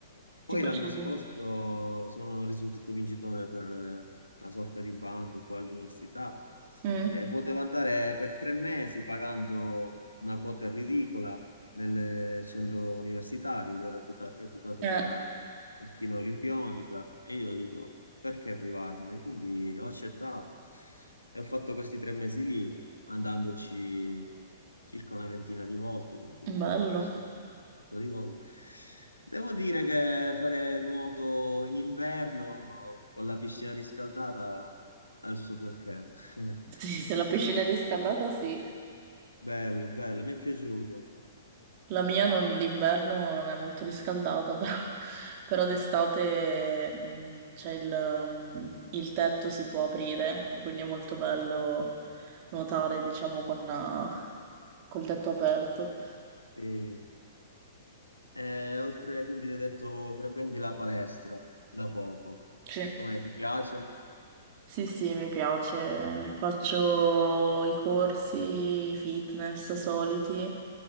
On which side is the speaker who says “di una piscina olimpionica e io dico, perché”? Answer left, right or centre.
Left